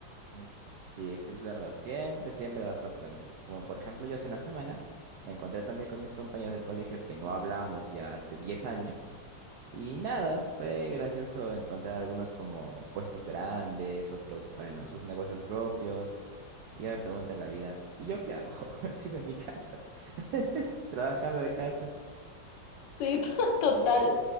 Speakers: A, on the right; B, on the left.
A: Mm, Sí, sí es verdad. Siempre, siempre va a sorprender. Como por ejemplo, yo hace una semana me encontré también con mis compañeros del colegio que no hablamos ya hace 10 años. Y nada, fue gracioso encontrar algunos como puestos grandes, otros, bueno, sus negocios propios. Y yo me pregunto en la vida, ¿y yo qué hago? <laughs> Sigo en mi casa, <laughs> trabajando de casa.
B: Sí, <laughs> to- total,